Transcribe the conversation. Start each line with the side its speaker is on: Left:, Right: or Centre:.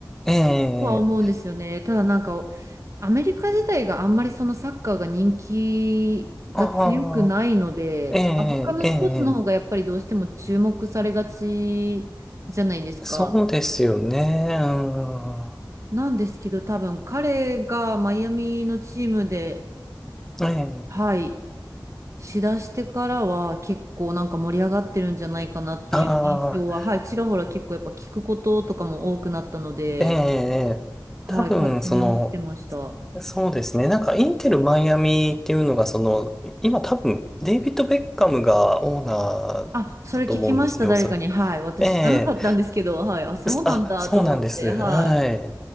Centre: ええ、
Right: とは思うんですよね。ただなんか、アメリカ自体があんまりそのサッカーが人気が強くないので、
Centre: ああ。ええ、
Right: 他のスポーツの方がやっぱりどうしても注目されがちじゃないですか。
Centre: ええ、そうですよね。うん。
Right: なんですけど、多分彼がマイアミのチームで、
Centre: ええ、
Right: はい、しだしてからは結構なんか盛り上がってるんじゃないかなっていう印象は、
Centre: ああ、
Right: はい、ちらほら結構やっぱ聞くこととかも多くなったので、
Centre: ええ、
Right: はい、
Centre: 多分、
Right: 勝手に思ってました。
Centre: その、そうですね。なんか、インテル・マイアミっていうのが、その、今多分、デイビッド・ベッカムがオーナーだと思うんですよ、
Right: あ、それ聞きました、誰かに。
Centre: おそらく。
Right: はい。私知らなかったんですけど、
Centre: ええ、
Right: はい。あ、そうなんだと思って、
Centre: あ、そうなんです。
Right: はい。
Centre: はい。